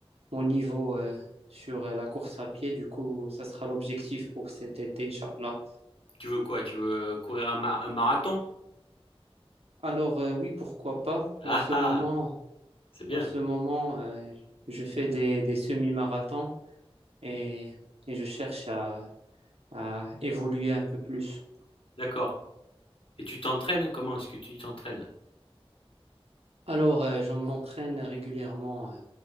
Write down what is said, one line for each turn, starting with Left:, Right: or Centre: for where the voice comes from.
Right: mon niveau euh, sur euh, la course à pied. Du coup, ça sera l'objectif pour cet été, Inch'Allah.
Left: Tu veux quoi? Tu veux courir un, ma- un marathon?
Right: Alors, euh, oui, pourquoi pas.
Left: Ah
Right: En ce
Left: ah,
Right: moment,
Left: c'est bien.
Right: En ce moment, euh, je fais des, des semi-marathons et, et je cherche à, à évoluer un peu plus.
Left: D'accord. Et tu t'entraînes? Comment est-ce que tu t'entraînes?
Right: Alors, euh, je m'entraîne régulièrement euh,